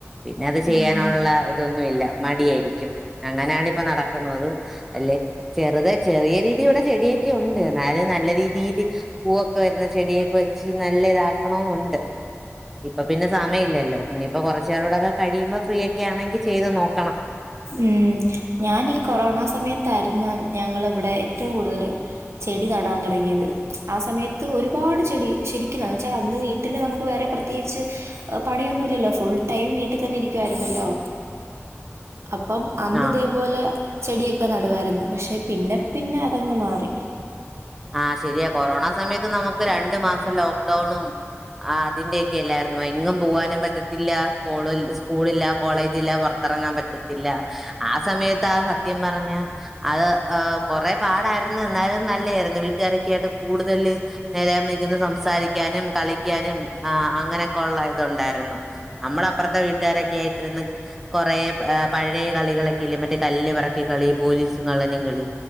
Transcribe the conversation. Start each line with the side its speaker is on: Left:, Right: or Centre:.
Centre: പിന്നെ അത് ചെയ്യാനുള്ള
Right: ഉം.
Centre: ഇതൊന്നുമല്ല മടിയായിരിക്കും അങ്ങനെയാണ് ഇപ്പൊ നടക്കുന്നത് അല്ലെ ചെറുത ചെറിയ രീതിയിലൂടെ ചെടിയെ ഉണ്ട് എന്നാലും നല്ല രീതി- <inaudible> പൂവൊക്കെ വരുന്ന ചെടിയൊക്കെ വെച്ച് നല്ല ഇതാക്ക ഓ ഉണ്ട് ഇപ്പൊ പിന്നെ സമയമില്ലല്ലോ ഇനിയിപ്പോ കുറച്ചുകേടൊക്കെ കഴിയുമ്പോ ഫ്രീ ഒക്കെ ആണെങ്കിൽ ചെയ്ത് നോക്കും.
Right: ഉം ഞാനീ കൊറോണ സമയത്തായിരുന്നു ഞങ്ങൾ ഇവിടെ ഏറ്റവും കൂടുതൽ ചെടി നടാൻ തുടങ്ങിയത് ആ സമയത്ത് ഒരുപാട് ചെടി ശരിക്കും വെച്ചാൽ അന്ന് വീട്ടിൽ നമുക്ക് വേറെ പ്രത്യേകിച്ച് പണിയൊന്നുമില്ലല്ലോ ഫുൾ ടൈം വീട്ടിൽ തന്നെ ഇരിക്കുായിരുന്നല്ലോ അപ്പം അന്ന്
Centre: ആഹ്
Right: ഇതേപോലെ ചെടിയൊക്കെ നടുവമായിരുന്നു പക്ഷെ- പിന്നെ പിന്നെ അതങ്ങ് മാറി
Centre: ആ ശരിയാ കൊറോണ സമയത്ത് നമുക്ക് രണ്ടു മാസം ലോക്ഡൗണും അതിന്റെ ഒക്കെ അല്ലായിരുന്നു എങ്ങും പോവാനും പറ്റത്തില്ല സ്കൂളില്ല കോളേജില്ല പുറത്തിറങ്ങാൻ പറ്റത്തില്ല ആ സമയത്ത് ആ സത്യം പറഞ്ഞ അത് ആ കൊറെ പാടായിരുന്നു എന്നാലും നല്ലയാര്- വീട്ടുകാരൊക്കായിട്ട് കൂടുതല് നേരെയൊന്നിര്ന്ന് സംസാരിക്കാനും കളിക്കാനും ആഹ് അങ്ങനൊക്കെ ഒള്ള ഇതൊണ്ടാരുന്നു നമ്മള് അപ്പറത്തെ വീട്ടുകാരൊക്കെയായിട്ടിരുന്ന് കൊറേ പഴയ കളികളൊക്കില്ല മറ്റേ കല്ല് പറക്കി കളി പോലീസും കള്ളനും കളി